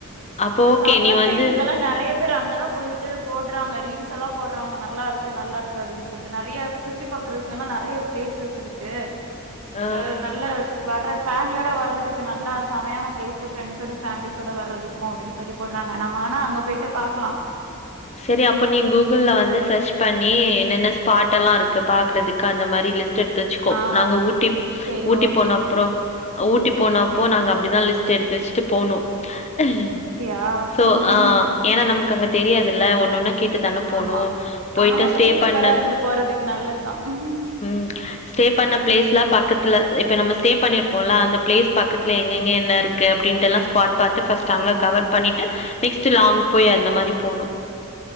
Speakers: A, on the left (about 30°); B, on the right (about 80°).
A: அப்போ
B: இந்த
A: ஓகே
B: சம்மர்
A: நீ
B: டைமுக்கெல்லாம்
A: வந்து
B: நெறையப் யாப்பேர் அங்கதான் போய்ட்டு போடுறாங்க ரீல்ஸ்ஸலாம் போடுறாங்க நல்லா இருக்கு நல்லா இருக்கு அப்டின்னு சொல்ட்டு நறையா சுத்தி பாக்குறதுக்கெல்லாம் நறையா ப்ளேசஸ் இருக்கு
A: ஆ
B: அ நல்ல வர்ற ஃபேமிலியோட வர்றதுக்கு நல்லா சமையான பிளேஸஸ் ஃப்ரண்ட்ஸோட ஃபேமிலிஸ்ஸோட வர்றதுக்கு க்கோம் அப்டின்னு சொல்லி போடுறாங்க நம்ம வேனா அங்க போயிட்டு பாக்லாம்
A: சரி அப்போ நீ கூகுல்ல வந்து சர்ச் பண்ணீ என்னென்ன ஸ்பாட் டெல்லாம் இருக்கு பாக்குறதுக்கு அந்த மாறி லிஸ்ட்டு எடு வச்சுக்கோ
B: ஆ
A: நாங்க ஊட்டி
B: சேரி
A: ஊட்டி
B: ஓகே
A: போன அப்றோம் ஊட்டி போனப்போ நாங்க அப்டிதான் லிஸ்ட் எடுத்து வெச்சுட்டு போணோம் ஈ
B: அப்டியா
A: சோ
B: ம்
A: ஆ ஏன்னா நமக்கு அங்க தெரியாதுல்ல ஒன்னு ஒன்னா கேட்டு தான போனும்
B: ஆமா
A: போய்ட்டு
B: ஆமா
A: ஸ்டே
B: ப்ரீ ப்ரிப்பரா
A: பண்ண
B: இருந்து போறதுக்கு நல்லதுதா ம்
A: ம் ஸ்டே பண்ண ப்ளேஸ்லாம் பக்கத்துல இப்ப நம்ம ஸ்டே பண்ணிருப்போல்ல அந்த ப்ளேஸ் பக்கத்துல எங்கெங்க
B: மா
A: என்ன இருக்கு ஓகே அப்டின்டெல்லாம் ஸ்பாட் பாத்து ஃபஸ்ட் அங்க கவர் பண்ணிட்டு நெக்ஸ்ட் லாங் போய் அந்த மாநி போனோம்